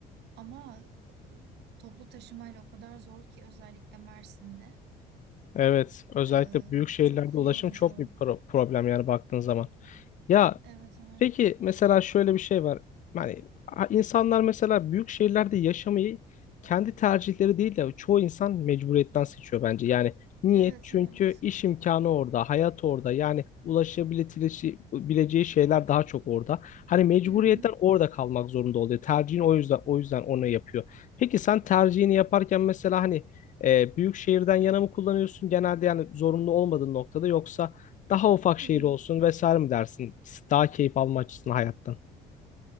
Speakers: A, on the right (about 85°); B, on the left (about 50°).
A: Ama e, toplu taşımayla o kadar zor ki özellikle Mersin'de.
B: Evet, özellikle
A: E,
B: büyük şehirlerde
A: çok
B: ulaşım
A: yorucu.
B: çok bir pro- problem yani baktığın zaman. Ya
A: Evet, evet.
B: Peki mesela şöyle bir şey var. Yani a- insanlar mesela büyük şehirlerde yaşamayı kendi tercihleri değil de çoğu insan mecburiyetten seçiyor bence. Yani niye?
A: Evet,
B: Çünkü
A: evet.
B: iş imkanı orada, hayat orada. Yani ulaşabileceği bileceği şeyler daha çok orada. Hani mecburiyetten
A: Hı hı.
B: orada kalmak zorunda oluyor. Tercihini o yüzden o yüzden onu yapıyor. Peki sen tercihini yaparken mesela hani e, büyük şehirden yana mı kullanıyorsun genelde yani zorunlu olmadığın noktada yoksa daha ufak şehir
A: Hı.
B: olsun vesaire mi dersin? Daha keyif alma açısından hayattan.